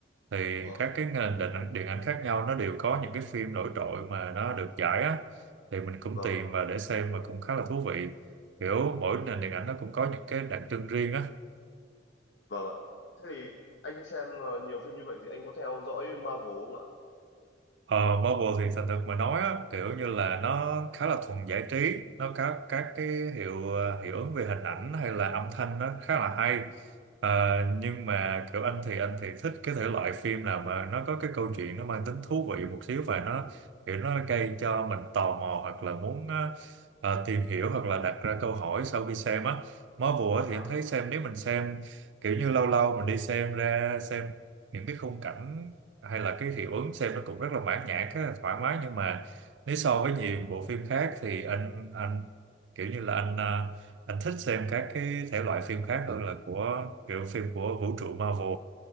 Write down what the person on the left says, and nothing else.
vâng
vâng
ạ
vâng ạ thế thì anh xem ờ, nhiều phim như vậy thì anh có theo dõi Marvel không
ạ